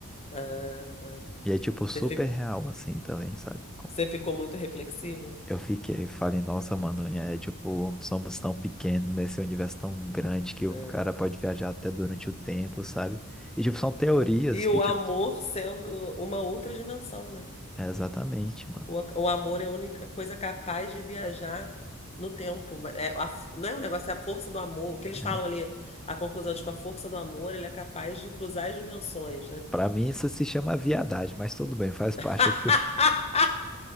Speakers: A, on the left (about 30°); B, in the centre.
A: Ah, tá.
B: E é, tipo, super
A: Você fi-
B: real, assim, também, sabe? Com-
A: você ficou muito reflexivo?
B: Eu fiquei, falei, nossa, mano, e é, tipo, somos tão pequenos nesse universo tão grande que o
A: É.
B: cara pode viajar até durante o tempo, sabe? E, tipo, são teorias
A: E
B: que,
A: o
B: tipo,
A: amor sendo uma outra dimensão, né?
B: é exatamente, mano.
A: O, a- o amor é a única coisa capaz de viajar no tempo. É, a f- não é um negócio, é a força do amor. O que eles
B: É.
A: falam ali, a conclusão, tipo, a força do amor, ele é capaz de cruzar as dimensões, né?
B: Pra mim, isso se chama viadagem, mas tudo bem, faz parte.
A: <laughs>